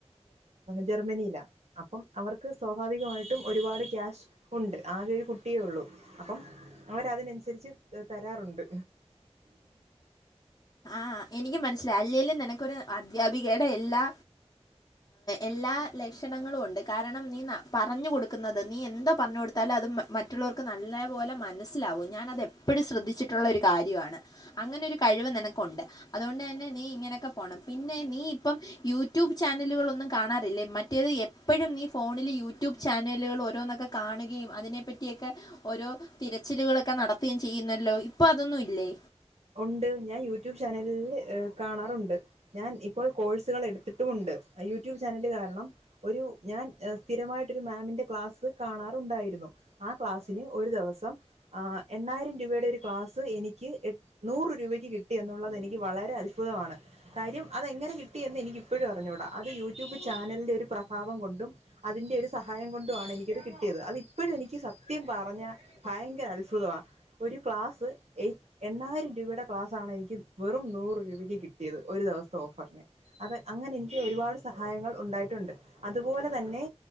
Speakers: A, on the right; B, on the left.
A: ജർമ്മനിയിലാ അപ്പം അവർക്ക് സ്വാഭാവികമായിട്ടും ഒരുപാട് ക്യാഷ് ഉണ്ട് ആകെ ഒരു കുട്ടിയേ ഉള്ളൂ അപ്പം അവർ അതിനനുസരിച്ച് തരാറുണ്ട്
B: ആ എനിക്ക് മനസ്സിലായി അല്ലെേങ്കും നിനക്കരു അധ്യാപികയുടെ എല്ലാ എല്ലാ ലക്ഷണങ്ങളും ഉണ്ട് കാരണം നീ പറഞ്ഞു കൊടുക്കുന്നത് നീ എന്തോ പറഞ്ഞ കൊടുത്താലും അത് മറ്റുള്ളവർക്ക് നല്ല പോോലെ മനസ്സിലാവും ഞാന അത് എപ്പോഴും ശ്രദ്ധിച്ചി ട്ടുള്ള ഒരു കാര്യമാണ് അങ്ങനെ ഒരു കഴിവ് നിനക്കുണ്ട് അതുകൊണ്ട് തന്നെ നീ ഇങ്ങനെയൊക്കെ പോണം പിന്നെ നീ ഇപ്പം യൂട്യൂബ് ചാനലുകളൊന്നും കാണാറില്ലേ മറ്റേത് എപ്പോഴും നീ ഫോണില് യൂട്യൂബ് ചാനലുകൾ ഓരോന്നൊക്കെ കാണുകയും അതിനെ പറ്റിയൊക്കെ ഓരോ തിരച്ചിലുകളൊക്കെ നടത്തുകയും ചെയ്യുന്നുല്ലോ ഇപ്പൊ അതൊന്നും ഇല്ലേ
A: ഉണ്ട് ഞാൻ യൂട്യൂബ് ചാനലിൽ കാണാറുണ്ട് ഞാൻ ഇപ്പോൾ കോഴ്സുകൾ എടുത്തിട്ടുമുണ്ട് യൂട്യൂബ് ചാനല് കാരണം ഒരു ഞാൻ സ്ഥിരമായിട്ട ഒരു മാമിന്റെ ക്ലാസ് കാണാറുണ്ടായിരുന്നു ആ ക്ലാസിന് ഒരു ദിവസം എണ്ണായിരം രൂപയുടെ ഒരു ക്ലാസ്സ് എനിക്ക് എ നൂറ് രൂപയ്ക്ക് കിട്ടി എന്നുള്ളത് എനിക്ക് വളരെ അത്ഭുതമാണ് കാര്യം അത എങ്ങനെ കിട്ടി എന്ന് എനിക്ക ഇപ്പോഴും അറിഞ്ഞുകൂടാ അത് യൂട്യൂബ് ചാനലിൻ്റെ ഒരു പ്രഭാവം കൊണ്ടും അതിൻ്റെ ഒരു സഹായം കൊണ്ടു ആമാണ് എനിക്കത് കിട്ടിയത് അത് ഇപ്പോഴും എനിക്ക് സത്യം പറഞ്ഞാൽ ഭയങ്കര അത്ഭുതമാണ് ഒരു ക്ലാസ്സ് എറ്റ് എണ്ണായിരം രൂപയുടെ ക്ലാസാണ് എനിക്ക് വെറും നൂറ് രൂപയ്ക്ക് കിട്ടിയത് ഒരു ദിവസത്തെ ഓഫറിന് അത് അങ്ങനെ എനിക്ക് ഒരുപാട് സഹായങ്ങൾ ഉണ്ടായിട്ടുണ്ട് അതുപോലെ തന്നെ